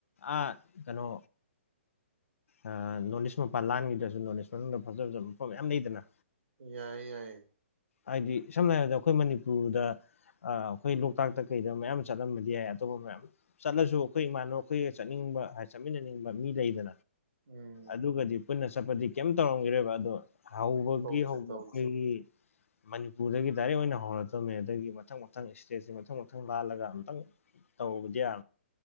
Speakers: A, on the left; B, on the right.
A: ꯑ ꯀꯩꯅꯣ ꯑ ꯅꯣꯅꯤꯁ ꯃꯄꯥꯜ ꯂꯥꯒꯤꯕꯗꯁꯨ ꯑꯗꯨ ꯅꯣꯠꯢꯁ ꯃꯅꯨꯡꯗ ꯐꯖ ꯐꯖꯕ ꯍ ꯌꯥꯝ ꯂꯩꯗꯅ
B: ꯌꯥꯏ ꯌꯥꯏ
A: ꯍꯥꯏꯗꯤ ꯁꯝꯅ ꯍꯥꯏꯔꯕꯗ ꯑꯩꯈꯣꯏ ꯃꯅꯤꯄꯨꯔꯗ ꯑꯩꯈꯣꯏ ꯂꯣꯛꯇꯥꯛꯇ ꯀꯩꯗ ꯃꯌꯥꯝ ꯆꯠꯂꯝꯕꯗꯤ ꯌꯥꯏ ꯑꯇꯣꯞꯄ ꯃꯌꯥꯝ ꯆꯠꯂꯁꯨ ꯑꯩꯈꯣꯏ ꯏꯃꯥꯟꯅꯕ ꯑꯩꯈꯣꯏꯒ ꯆꯠꯅꯤꯡꯕ ꯆꯠꯃꯤꯟꯅꯅꯤꯡꯕ ꯃꯤ ꯂꯩꯕ
B: ꯎꯝ
A: ꯑꯗꯨꯒꯗꯤ ꯄꯨꯟꯅ ꯆꯠꯄꯗꯤ ꯀꯩꯝ ꯇꯧꯔꯝꯈꯤꯔꯣꯏꯕ ꯑꯗꯣ ꯍꯧꯕꯒꯤ
B: ꯇꯧꯁꯦ
A: ꯍꯧꯕ
B: ꯇꯧꯁꯦ
A: ꯑꯩꯈꯣꯏꯒꯤ ꯃꯅꯤꯄꯨꯔꯗꯒꯤ ꯗꯥꯏꯔꯦꯛ ꯑꯣꯏꯅ ꯍꯧꯔꯛꯇꯕꯅꯤ ꯑꯗꯒꯤ ꯃꯊꯪ ꯃꯊꯪ ꯏꯁꯇꯦꯠꯁꯤ ꯃꯊꯪ ꯃꯊꯪ ꯂꯥꯜꯂꯒ ꯑꯃꯨꯛꯇꯪ ꯇꯧꯕꯗꯤ ꯌꯥ